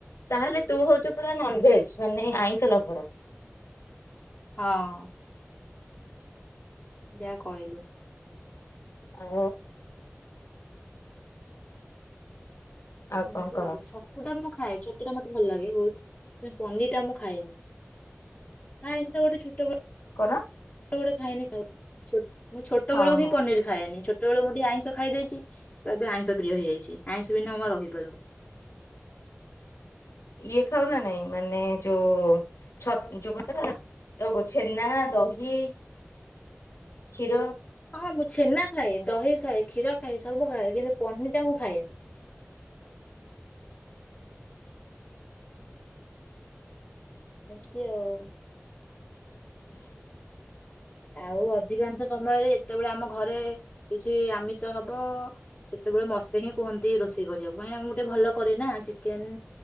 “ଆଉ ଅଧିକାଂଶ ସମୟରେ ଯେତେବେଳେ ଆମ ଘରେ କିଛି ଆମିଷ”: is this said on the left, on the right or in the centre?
Left